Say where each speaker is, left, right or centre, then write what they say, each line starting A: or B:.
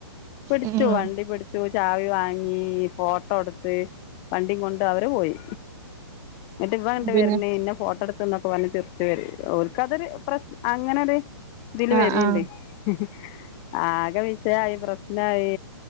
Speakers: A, on the left; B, on the right.
A: പിടിച്ച്
B: ഉം
A: വണ്ടി പിടിച്ചു ചാവി വാങ്ങി ഫോട്ടോ എടുത്ത് വണ്ടി കൊണ്ട് അവര് പോയി. എന്നിട്ട് ഇവ ങ്ങിട്ട്
B: പിന്നെ
A: വരുന്നേ ഇന്നെ ഫോട്ടോ എടുത്ത്ന്നൊക്കെ പറഞ്ഞ് ചിരിച്ചു വരുന്നു ഓല്ക്കതരു പ്രശ്ന അങ്ങനൊരു ഇതില്
B: ആഹ്
A: വരണ്ട്
B: ആഹ്
A: ഹി ഹി ആകെ വിശയായി പ്രശ്നായി